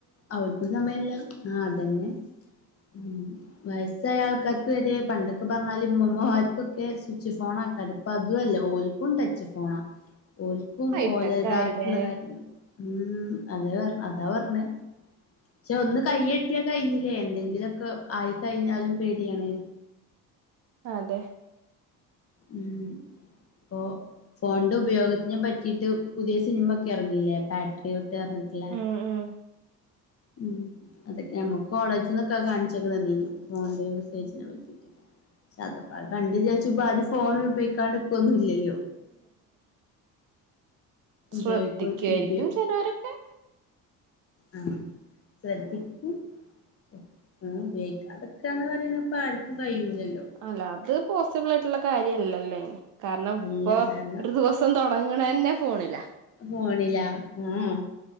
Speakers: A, on the left; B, on the right.
A: അവൽക്കും സമയല്ലാ ആഹ് അതന്നെ ഉം വയസ്സായ ആൾക്കാർക്ക് വരെ പണ്ടൊക്കെ പറഞ്ഞാല് ഇമ്മമ്മമാർക്കൊക്കെ സ്വിച്ച് ഫോണാക്കാരം ഇപ്പതുവല്ലാ ഓൽക്കും ടച്ച് ഫോണാ ഓൽക്കും
B: ഹൈടെക്ക്
A: ഓലതായിട്ടുള്ള
B: ആയില്ലേ
A: കാര്യങ്ങൾ ഉം അതെ പറഞ്ഞെ അതാ പറഞ്ഞെ ച്ചെ ഒന്ന് കയ്യെട്ടിയാ കഴിഞ്ഞില്ലേ എന്തെങ്കിലൊക്കെ ആയിക്കഴിഞ്ഞാലും പേടിയാണെ
B: അതെ
A: ഉം പ്പോ ഫോണിന്റെ ഉപയോഗത്തിനെ പറ്റീട്ട് പുതിയ സിനിമ ഒക്കെ എറങ്ങില്ലേ പാട്രിയോട്ട് പർഞ്ഞിട്ട്ള്ളേ
B: ഉം ഉം
A: ഉം അതെ ഞമ്മക്ക് കോളേജിന്നൊക്കെ അത് കാണിച്ചൊക്കെ തന്നീനി ഫോണിന്റെ യൂസേജിനെപ്പറ്റി പക്ഷേ അത്പ്പ അത് കണ്ട് വിചാരിച്ച് ഇപ്പ അരും ഫോണ് ഉപയോഗിക്കാണ്ട്ക്കൊന്നും ഇല്ലല്ലോ ഉപയോഗിക്കോ
B: ശ്രദ്ധിക്കായിരിക്കും
A: ഉപയോ
B: ചെലേരൊക്കെ
A: ആഹ് ശ്രദ്ധിക്കും <unintelligible> ഉപയോഗിക്കാതെക്കാന്ന് പറയുന്നപ്പ ആർക്കും കയ്യൂലല്ലോ
B: അല്ല അത് പോസിബിൾ ആയിട്ട്ള്ള കാര്യല്ലല്ലോ അയിന് കാരണം
A: അല്ല
B: ഇപ്പൊ
A: കാരണം
B: ഒരു ദിവസ് തൊടങ്ങണെന്നെ ഫോണിലാ
A: ഫോണിലാ ആഹ്